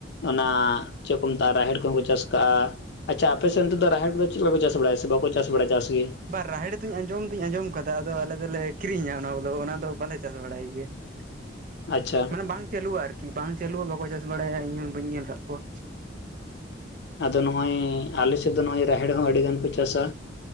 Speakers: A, on the left; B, on the right.
A: ᱚᱱᱟ ᱪᱮᱜ ᱠᱚ ᱢᱮᱛᱟᱜ-ᱟ ᱨᱟᱦᱮᱲ ᱠᱚᱦᱚᱸ ᱠᱚ ᱪᱟᱥ ᱠᱟᱜ-ᱟ᱾ ᱟᱪᱪᱷᱟ ᱟᱯᱮ ᱥᱮᱫ ᱚᱱᱛᱮ ᱫᱚ ᱨᱟᱦᱮᱲ ᱠᱚᱫᱚ ᱪᱮᱫ ᱞᱮᱠᱟᱯᱮ ᱪᱟᱥ ᱵᱟᱲᱟᱭᱟ ᱥᱮ ᱵᱟᱠᱚ ᱪᱟᱥ ᱵᱟᱲᱟᱭᱟ ᱪᱟᱥ ᱜᱤ?
B: ᱵᱟ ᱨᱟᱦᱮᱲ ᱫᱩᱧ ᱟᱸᱡᱚᱢ ᱫᱩᱧ ᱟᱸᱡᱚᱢ ᱠᱟᱫᱟ ᱟᱫᱚ ᱟᱞᱮ ᱫᱚᱞᱮ ᱠᱤᱨᱤᱧᱟ ᱚᱱᱟ ᱵᱚᱞ ᱚᱱᱟ ᱫᱚ ᱵᱟᱞᱮ ᱪᱟᱥ ᱵᱟᱲᱟᱭ ᱜᱮᱭᱟ᱾ <inaudible>
A: ᱟᱪᱪᱷᱟ
B: ᱢᱟᱱᱮ ᱵᱟᱝ ᱪᱟᱹᱞᱩᱜᱼᱟ ᱟᱨᱠᱤ ᱵᱟᱝ ᱪᱟᱹᱞᱩᱼᱟ ᱵᱟᱠᱚ ᱪᱟᱥ ᱵᱟᱲᱟᱭᱟ ᱤᱧᱦᱚ ᱵᱟᱹᱧ ᱧᱮᱞ ᱠᱟᱫ ᱠᱚᱣᱟ᱾
A: ᱟᱫᱚ ᱱᱚᱜᱚᱭ ᱟᱞᱮ ᱥᱮᱫ ᱫᱚ ᱱᱚᱜᱚᱭ ᱨᱟᱦᱮᱲ ᱦᱚᱸ ᱟᱹᱰᱤ ᱜᱟᱱ ᱠᱚ ᱪᱟᱥᱟ